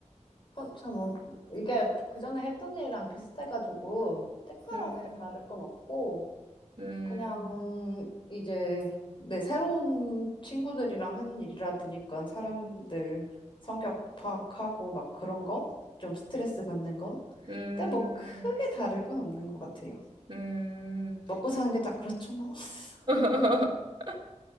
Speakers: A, on the left (about 40°); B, on the right (about 40°).
A: 그렇죠, 뭐. 이게 그 전에 했던 일이랑 비슷해가지고, 특별하게
B: 음,
A: 다를 건 없고,
B: 음,
A: 그냥 이제 내 새로운 친구들이랑 하는 일이라 보니까 사람들 성격 파악하고 막 그런 거? 좀 스트레스 받는 거?
B: 음,
A: 근데 뭐 크게 다를 건 없는 것 같아요.
B: 음.
A: 먹고 사는 게 딱 그렇죠, 뭐. <laughs>
B: <laughs>